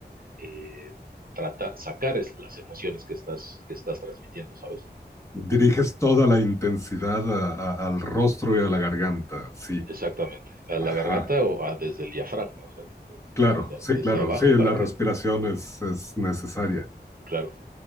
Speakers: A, on the right; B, on the left.
A: eh, trata, sacar es- las emociones que estás, que estás transmitiendo, ¿sabes?
B: Diriges toda la intensidad a- a- al rostro y a la garganta. Sí,
A: Exactamente. A la
B: ajá.
A: garganta o a- desde el diafragma, o sea,
B: Claro,
A: desde,
B: sí,
A: desde
B: claro.
A: abajo
B: Sí,
A: para
B: la
A: que,
B: respiración es, es necesaria.
A: claro.